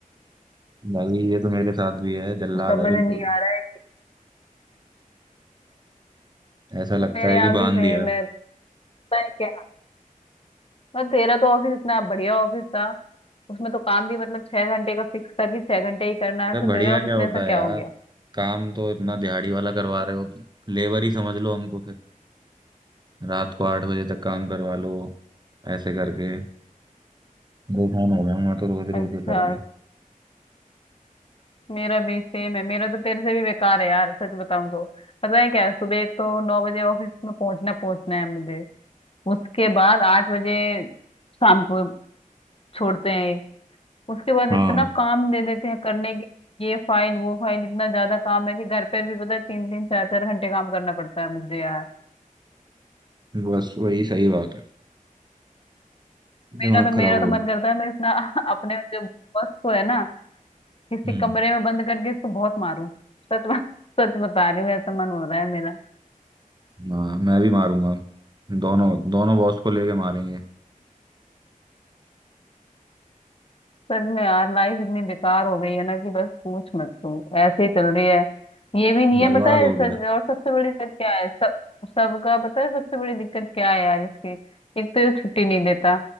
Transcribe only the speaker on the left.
समझ
नहीं
आ रहा है कि
मेरे
यहाँ
भी
सेम
है पता है क्या और तेरा तो ऑफिस इतना बढ़िया ऑफिस था उसमें तो काम भी मतलब छह घंटे का फिक्स था कि छह घंटे ही करना
है फिर
तेरे ऑफिस
में ऐसा क्या
हो गया
अच्छा
मेरा भी सेम है मेरा तो तेरे से भी बेकार है यार सच बताऊं तो पता है क्या है, सुबह एक तो नौ बजे ऑफिस में पहुंचना पहुंचना है मुझे उसके बाद आठ बजे शाम को छोड़ते हैं उसके बाद
इतना काम दे देते हैं करने के ये फाइल वो फाइल इतना ज्यादा काम है कि घर पे भी पता है तीन तीन चार चार घंटे काम करना पड़ता है मुझे यार
मेरा तो
मेरा
तो
मन करता है मैं इतना <laughs> अपने जो बॉस को है ना किसी
कमरे में बंद करके इसको बहुत मारूं सच में सच बता रही हूँ ऐसा मन हो रहा है मेरा
सच में यार लाइफ इतनी बेकार हो गई है ना कि बस पूछ मत तू ऐसे ही चल रही है ये भी नहीं है
पता है
सच,
और सबसे बड़ी दिक्कत क्या है सब सबका पता है सबसे बड़ी दिक्कत क्या है यार इसकी एक तो ये छुट्टी नहीं देता